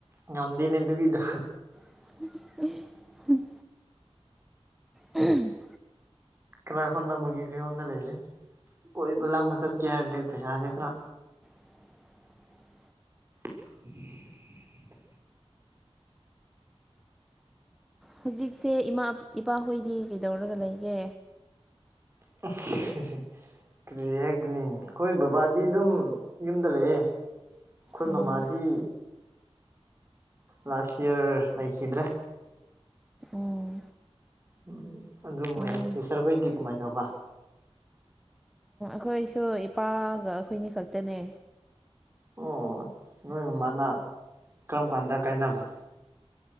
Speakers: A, on the right; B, in the centre.
A: ꯉꯝꯗꯦꯅꯦ ꯗꯨꯒꯤꯗꯣ
B: INAUDIBLE INAUDIBLE
A: UNINTELLIGIBLE ꯀꯣꯏꯕ- ꯂꯥꯡꯕ ꯆꯠꯀꯦ ꯍꯥꯏꯔꯗꯤ ꯄꯩꯁꯥꯁꯦ ꯈꯔ
B: INAUDIBLE
A: INAUDIBLE
B: ꯍꯧꯖꯤꯛꯁꯦ ꯏꯃꯥ-ꯀ ꯏꯄꯥꯍꯣꯏꯗꯤ ꯀꯩꯗꯧꯔꯒ ꯂꯩꯒꯦ
A: INAUDIBLE ꯀ꯭ꯔꯤ ꯍꯥꯕꯒꯅꯤ ꯑꯩꯈꯣꯏ ꯕꯕꯥꯗꯤ ꯑꯗꯨꯝ ꯌꯨꯝꯗ ꯂꯩꯑꯦ ꯈꯣꯏ
B: ꯎꯝ
A: ꯃꯃꯥꯗꯤ ꯂꯥꯠꯁ ꯏꯌꯔ ꯂꯩꯈꯤꯗ꯭ꯔꯦ
B: ꯎꯝ
A: ꯎꯪꯝ ꯑꯗꯨꯝꯃꯥꯏꯅ
B: ꯎꯝ
A: ꯁꯤꯇꯔꯈꯣꯏꯗꯤ ꯀꯃꯥꯏ ꯇꯧꯕ
B: ꯈꯣꯏꯁꯨ ꯏꯄꯥꯒ ꯑꯩꯈꯣꯏꯅꯤ ꯈꯛꯇꯅꯦ
A: ꯑꯣ ꯑꯣ ꯅꯣꯏ ꯃꯃꯥꯅ ꯀꯔꯝ ꯀꯥꯟꯗ ꯀꯥꯏꯅꯕ